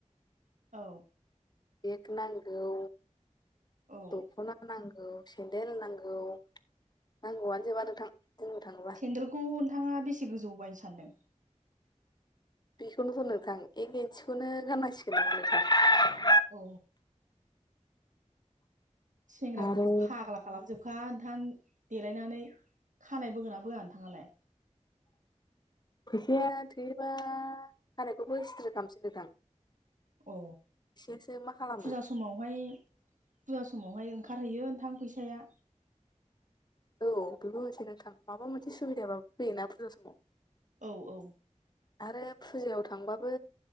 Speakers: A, on the right; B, on the left.
A: औ।
B: बेक नांगौ
A: औ
B: द'खना नांगौ‌। सेन्देल नांगौ नांगौआनो जोबा नोंथां। बुंनो थाङोबा
A: सेन्देलखौ नोंथाङा बेसे गोजौ बायनो सानदों?
B: बेखौनोथ' नोंथां एक एंन्सिखौनो गाननांसिगोन नामा नोंथां।
A: औ। सेंग्राफोरखौ
B: आरो
A: फाग्ला खालामजोब खा नोंथां देलायनानै खानाय बोगोना बोआ नोंथाङालाय?
B: फैसाया थोयोबा खानायखौबो स्ट्रे खालामसै नोंथां।
A: औ
B: फैसायासो मा खालामो
A: फुजा समावहाय फुजा समावहाय ओंखारहैयो नोंथां फैसाया।
B: औ बेबो मोनसेै नोंथां माबा मोनसे सुबिदायाबो फैयोना फुजा समाव।
A: औ औ।
B: आरो फुजायाव थांबाबो